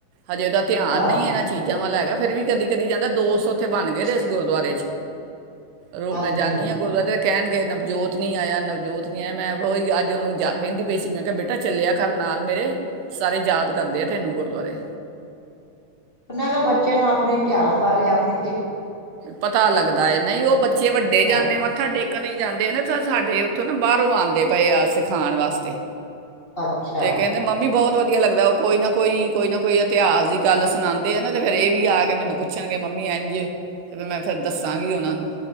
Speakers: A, on the right; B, on the left.
A: ਹਜੇ ਉਹਦਾ ਧਿਆਨ
B: ਹਾਂ
A: ਨਹੀਂ ਇਹਨਾਂ ਚੀਜ਼ਾਂ ਹੈਗਾ ਫ਼ਿਰ ਵੀ ਕਦੀ ਕਦੀ ਜਾਂਦਾ ਦੋਸਤ ਉੱਥੇ ਬਣ ਗਏ ਤੇ ਇਸ ਗੁਰਦੁਆਰੇ ਚ ਰੋ
B: ਹਾਂਜੀ
A: ਕੇ ਜਾਨੀ ਆ ਗੁਰਦੁਆਰੇ ਕਹਿਣਗੇ ਨਵਜੋਤ ਨੀ ਆਇਆ ਨਵਜੋਤ ਨੀ ਆਇਆ ਮੈਂ ਉਹੀ ਅੱਜ ਉਹਨੂੰ ਜਾ ਕਹਿੰਦੀ ਪਈ ਸੀ ਮੈਂ ਕਿਹਾ ਬੇਟਾ ਚੱਲਿਆ ਕਰ ਨਾਲ ਮੇਰੇ, ਸਾਰੇ ਯਾਦ ਕਰਦੇ
B: ਹਾਂ
A: ਆ ਤੈਨੂੰ ਗੁਰਦੁਆਰੇ।
B: ਨਾਲ ਬੱਚਿਆਂ ਨੂੰ ਆਪਣੇ ਇਤਿਹਾਸ ਬਾਰੇ ਆਪਣੀ
A: ਪਤਾ ਲੱਗਦਾ ਐ ਨਹੀਂ ਉਹ ਬੱਚੇ ਵੱਡੇ
B: ਹਾਂ
A: ਜਾਂਦੇ ਮੱਥਾ ਟੇਕ ਨ ਜਾਂਦੇ ਨਾ ਤਾਂ ਸਾਡੇ ਉੱਥੋਂ ਨਾ ਬਾਹਰੋਂ ਆਦੇ ਪਏ ਆ ਸਿਖਾਣ ਵਾਸਤੇ।
B: ਅੱਛਾ
A: ਤੇ ਕਹਿੰਦੇ ਮੰਮੀ ਬਹੁਤ ਬਹੁਤ ਵਧੀਆ ਲੱਗਦਾ ਉਹ ਕੋਈ ਨਾ ਕੋਈ'ਕੋਈ ਨਾ ਕੋਈ ਇਤਿਹਾਸ ਦੀ ਗੱਲ ਸੁਣਾਦੇ ਆ ਨਾ ਤੇ ਫਰ ਇਹ ਵੀ ਆ ਕੇ ਮੈਨੂੰ ਪੁੱਛਣਗੇ ਮੰਮੀ ਇੰਝ ਤੇ ਮੈਂ ਫਿਰ ਦੱਸਾਂਗੀ ਉਹਨਾ ਨੂੰ।